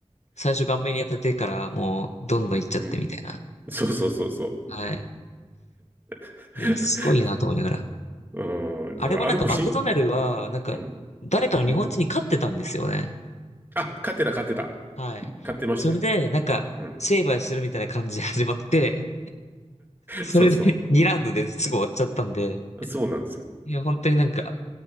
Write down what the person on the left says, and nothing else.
最初顔面に当たってからもう、どんどん行っちゃってみたい
な。はい。
いや、すごいなと思いながら。
あれもなんかマクドナルドは、
なんか、
誰かの日本人に勝ってたんですよね。
はい。
それで、なんか、
成敗するみたいな感じで始まって、それで2ラウンドですぐ終わっちゃったんで、
いや、本当になんか、